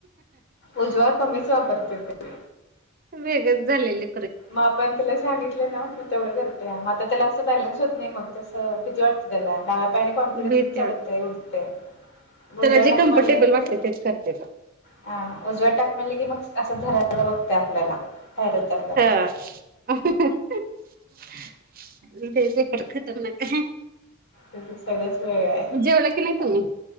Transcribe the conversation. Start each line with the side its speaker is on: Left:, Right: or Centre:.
Left: उजवा कमीच वापरतोय पण
Right: वेगळच झालेले
Left: मा पण. सांगितल ना मग तेवढं करते. आता त्याला असं बॅलन्स होत नाही मग तस भीती वाटते त्याला डाव्या पायाने कॉन्फिडनसन
Right: भीती
Left: चढतय,
Right: वाट
Left: उठतय उजवा
Right: त्याला जे
Left: टाक
Right: कम्फर्टेबल
Left: म्हणलं
Right: वाटते
Left: की,
Right: तेच करते तो.
Left: ह उजवा टाक म्हणल की, मग असं धरायला बघते आपल्याला बाहेर उतरताना
Right: इथेच आहे खर खतरनाक आहे.
Left: तुझं सगळंच वेगळं आहे
Right: जेवला काय नाही तुम्ही?